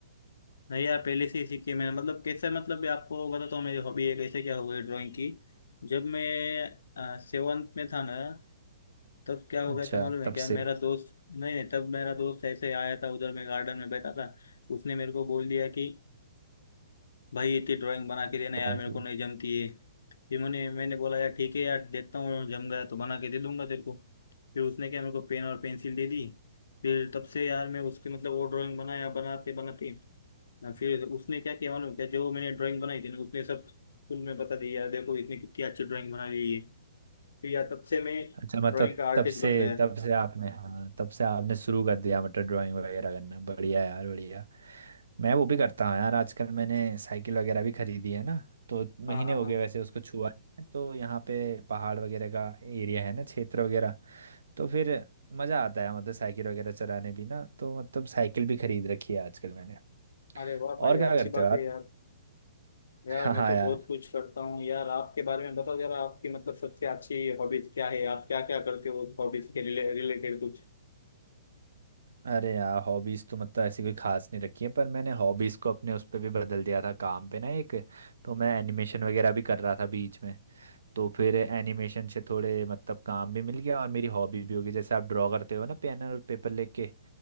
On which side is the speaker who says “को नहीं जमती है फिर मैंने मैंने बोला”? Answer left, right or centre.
Left